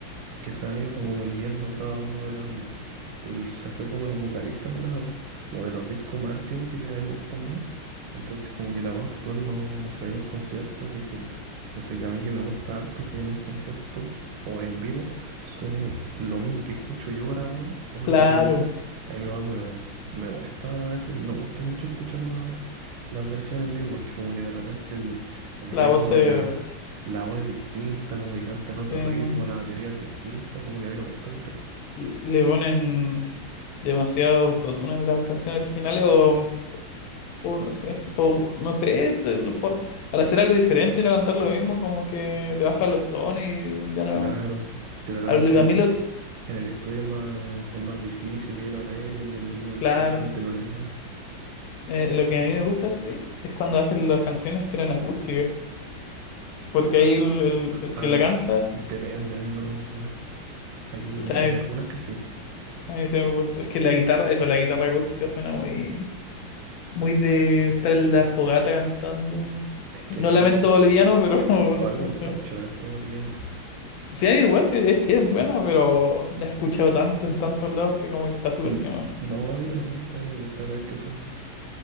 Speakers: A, on the right; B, on the left.
A: que se han ido como viviendo cada uno de la banda. Pero él se fue como los vocalistas de la, como de los discos más antiguos que a mí me gustan más. Entonces como que la voz actual no, se si hay un concierto es distinto. Entonces a mí que me gusta harto que en un concierto o en vivo suene lo mismo que escucho yo grabado. Es algo
B: Claro,
A: que a mí me, me, me molesta a veces, no gusta mucho escuchar la- las versiones en vivo porque como que de repente el, el ritmo
B: la voz se,
A: de la, la voz es distinta, como que canta en otro
B: se-
A: ritmo, la batería es distinta, como que a mí no me gusta mucho eso.
B: le ponen demasiado autotune en las canciones originales o O no sé, o no sé, se lo for- para hacer algo diferente y no cantar lo mismo, como que le bajan los tonos y ya no.
A: Claro, que de repente
B: A, lo-
A: en
B: a mí
A: el,
B: lo,
A: en el estudio es más, es más difícil y ahí lo arreglan y en vivo el
B: claro,
A: cantante no le da.
B: eh, lo que a mí me gusta, sí, es cuando hacen las canciones pero en acústica, porque ahí
A: A,
B: el, el,
A: a-
B: el que
A: a mí
B: la canta,
A: depende, a mí no. Hay,
B: ¿sabes?
A: hay algunas que sí.
B: A mí se me gusta, es que la guitarra, con la guitarra acústica suena muy, muy de estar en la fogata cantando.
A: Es
B: No
A: que depende.
B: lamento boliviano, pero <laughs> otras
A: A mí
B: canciones.
A: me gusta mucho el entorno boliviano.
B: Sí, igual, sí, es, es buena, pero la he escuchado tanto en tantos lados que como que está súper
A: Mm,
B: quemada.
A: No, yo no, a mí me gusta cada vez que suena.